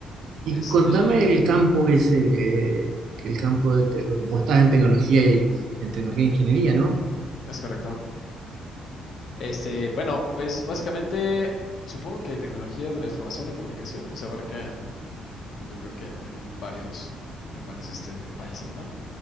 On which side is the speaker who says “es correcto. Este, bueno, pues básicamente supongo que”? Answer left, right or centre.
Left